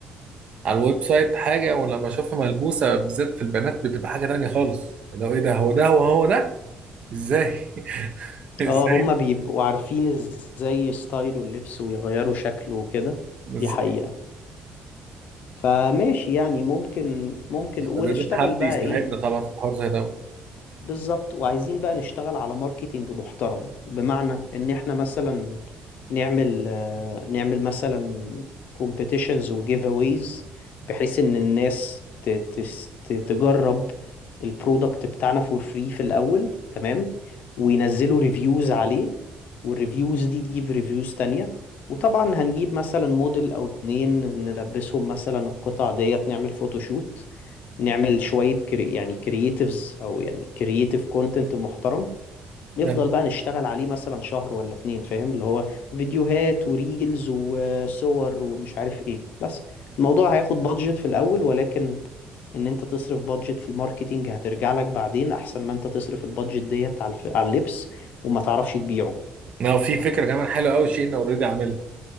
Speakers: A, on the right (about 40°); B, on the left (about 65°).
A: على الويب سايت حاجه ولما اشوفها ملبوسه بالذات في البنات بتبقى حاجه تانية خالص لو ايه ده هو ده هو هو ده ازاي <laughs> ازاي
B: اه هما بيبقوا عارفين ازاي ستايله اللبس ويغيروا شكله وكده
A: بالظبط
B: دي حقيقة فماشي يعني ممكن ممكن ونشتغل
A: فلازم حد
B: بقى
A: يساعدنا
B: ايه
A: طبعا في الحوار زي ده
B: بالظبط وعايزين بقى نشتغل على ماركتينج محترم بمعنى ان احنا مثلا نعمل آه، نعمل مثلا كومبيتيشنز وجيف اويز بحيث ان الناس ت- تس- ت- تجرب البرودكت بتاعنا فور فري في الاول تمام وينزلوا ريفيوز عليه والريفيوز دي تجيب ريفيوز تانية وطبعا هنجيب مثلا موديل او اتنين نلبسهم مثلا القطع ديت نعمل فوتوشوت نعمل شوية كري يعني كرييتيفز أو يعني كرييتيف كونتنت محترم نفضل
A: آه،
B: بقى نشتغل عليه مثلا شهر ولا اتنين فاهم اللي هو فيديوهات وريلز وصور ومش عارف ايه بس الموضوع هياخد بادجت في الأول ولكن إن أنت تصرف بادجت في الماركتينج هترجع لك بعدين أحسن ما أنت تصرف البادجت ديت على الف... على اللبس وما تعرفش تبيعه
A: لو في فكرة كمان حلوة أوي شيء أنا أوريدي عاملها